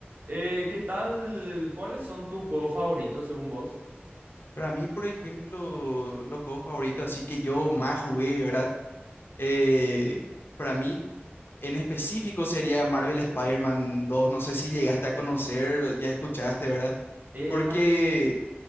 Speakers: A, on the right; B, on the left.
A: Eh, ¿qué tal? ¿Cuáles son tus juegos favoritos según vos?
B: Para mí, por ejemplo, los juegos favoritos, así que yo más jugué, ¿verdad? Eh, para mí, en específico, sería Marvel Spider-Man 2. No sé si llegaste a conocer, ya escuchaste, ¿verdad?
A: El
B: Porque,
A: Marvel,